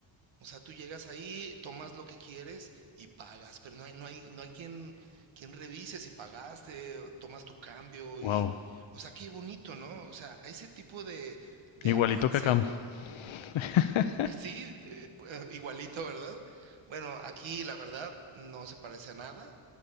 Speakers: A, on the right (about 70°); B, on the left (about 70°).
A: O sea, tú llegas ahí, tomas lo que quieres y pagas, pero no hay, no hay, no hay quien, quien revise si pagaste, o tomas tu cambio
B: wow.
A: y, o sea, qué bonito, ¿no? O sea, a ese tipo de, de
B: Igualito
A: avance,
B: que acá. <laughs>
A: <laughs> sí, eh, eh, igualito, ¿verdad? Bueno, aquí la verdad no se parece a nada